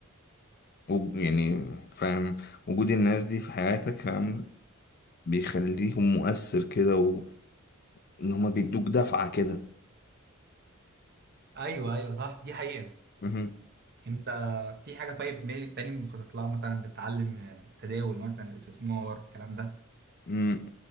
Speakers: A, on the left; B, on the right.
A: وج- يعني فاهم وجود الناس دي في حياتك فاهم بيخليهم مؤثر كده وإن هما بيدوك دفعة كده
B: ايوه ايوه صح دي حقيقة
A: مهم.
B: انت في حاجة طيب مي- تاني مخطط لها مثلا تتعلم آه، تداول مثلا الاستثمار الكلام ده
A: مم.